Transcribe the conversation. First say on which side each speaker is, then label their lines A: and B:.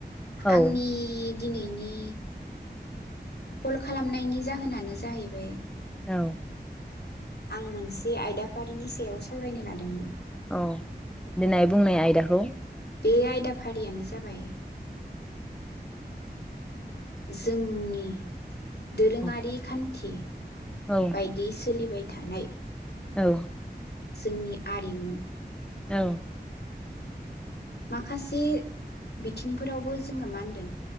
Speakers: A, in the centre; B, on the left (about 70°).
A: औ
B: आंनि दिनैनि कल खालामनायनि जाहोनानो जाहैबाय
A: औ
B: आं मोनसे आयदाफारिनि सायाव सावरायनो लादोंमोन।
A: अ दिनै बुंनाय आयदाखौ
B: बे आयदाफारियानो जाबाय जोंनि दोरोङारि
A: औ
B: खान्थि
A: औ
B: बायदि सोलिबाय थानाय
A: औ
B: जोंनि आरिमु
A: औ
B: माखासे बिथिंफोरावबो जोङो मा होनदो